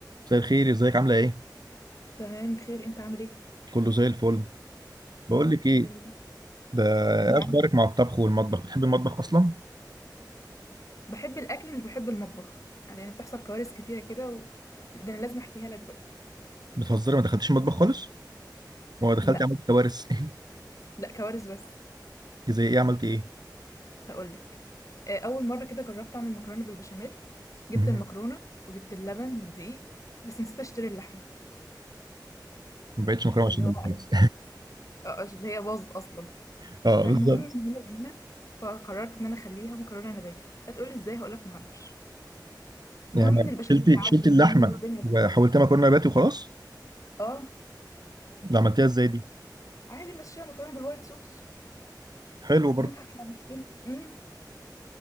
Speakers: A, on the right (about 65°); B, on the left (about 45°).
A: مساء الخير ازيك عامله ايه
B: تمام بخير انت عامل ايه
A: كله زي الفل بقول
B: طب
A: لك
B: الحمد
A: ايه
B: لله
A: ده
B: معاك
A: ايه اخبارك مع الطبخ والمطبخ بتحبي المطبخ اصلا
B: بحب الاكل مش بحب المطبخ يعني بتحصل كوارث كتيره كده و... ده انا لازم احكيها لك بقى
A: بتهزري ما دخلتيش المطبخ خالص ولا دخلت
B: لا
A: عملت كوارث <laughs>
B: لا كوارث بس
A: إنت زي ايه عملت ايه
B: هقول لك آه، اول مره كده جربت اعمل مكرونه بالبشاميل
A: <laughs>
B: جبت
A: مهم.
B: المكرونه وجبت اللبن والدقيق بس نسيت اشتري اللحم
A: ما بقتش مكرونه
B: فاللي
A: بشاميل
B: هو
A: خلاص
B: آه، آه، اللي هي باظت اصلا
A: <laughs> اه
B: فالمهم
A: بالظبط
B: من هنا فقررت ان انا اخليها مكرونه نباتي هتقولي ازاي هقول لك معرفش
A: يعني
B: المهم ان البشاميل
A: شلتي
B: عجن
A: شلتي اللحمه
B: مني والدنيا
A: وحولتها
B: باظت
A: مكرونه نباتي وخلاص
B: اه
A: ده عملتيها ازاي دي
B: عادي ماشيه مكرونه بالوايت صوص
A: حلو برضه
B: بنضحك على نفسنا امم